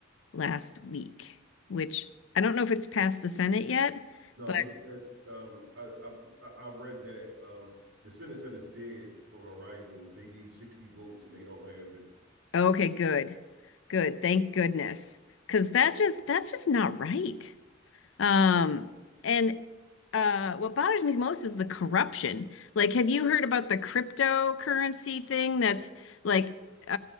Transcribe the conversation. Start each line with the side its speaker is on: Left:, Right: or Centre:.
Left: last week, which I don't know if it's passed the Senate yet,
Right: No,
Left: but
Right: they said um, I, I I I read that um, the Senate said it's dead on arrival. They need sixty votes and they don't have it.
Left: okay, good, good. Thank goodness, because that just that's just not right. Um, and uh, what bothers me most is the corruption. Like, have you heard about the cryptocurrency thing that's like uh,